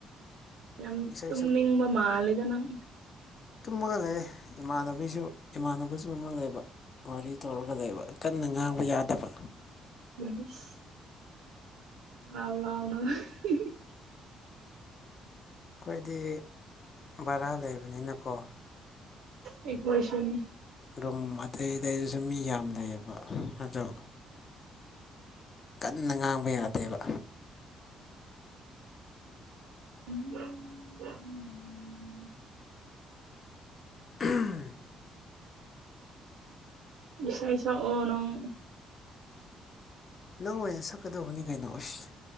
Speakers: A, on the right (about 85°); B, on the left (about 45°).
A: ꯌꯥꯝ
B: ꯏꯁꯩ
A: ꯇꯨꯝꯅꯤꯡꯕ
B: ꯁꯛ
A: ꯃꯥꯜꯂꯦꯗ ꯅꯪ
B: ꯇꯨꯝꯃꯒ ꯂꯩꯌꯦ ꯏꯃꯥꯟꯅꯕꯤꯖꯨ ꯏꯃꯥꯟꯅꯕꯖꯨ ꯑꯃ ꯂꯩꯕ ꯋꯥꯔꯤ ꯇꯧꯔꯒ ꯂꯩꯕ ꯀꯟꯅ ꯉꯥꯡꯕ ꯌꯥꯗꯕ
A: ꯂꯩꯁ ꯂꯥꯎꯂꯥꯎꯅ ꯍꯤꯍꯤ
B: ꯈꯣꯏꯗꯤ ꯚꯔꯥ ꯂꯩꯕꯅꯤꯅꯀꯣ
A: ꯑꯩꯈꯣꯏꯁꯨꯅꯤ
B: ꯔꯨꯝ ꯑꯇꯩ ꯑꯇꯩꯗꯨꯁꯨ ꯃꯤ ꯌꯥꯝ ꯂꯩꯌꯦꯕ ꯑꯗꯣ ꯀꯟꯅ ꯉꯥꯡꯕ ꯌꯥꯗꯦꯕ
A: INAUDIBLE
B: INAUDIBLE
A: ꯏꯁꯩ ꯁꯛꯑꯣ ꯅꯪ
B: ꯅꯪ ꯑꯣꯏꯅ ꯁꯛꯀꯗꯕꯅꯤ ꯀꯩꯅꯣ ꯑꯥꯁ